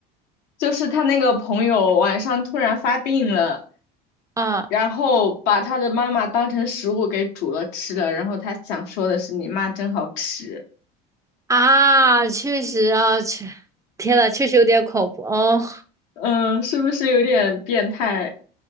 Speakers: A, on the left (about 80°); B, on the right (about 15°).
A: 就是他那个朋友晚上突然发病了，
B: 啊
A: 然后把他的妈妈当成食物给煮了吃了，然后他想说的是你妈真好吃，
B: 啊，确实啊，确，天呐，确实有点恐怖哦。
A: 嗯，是不是有点变态？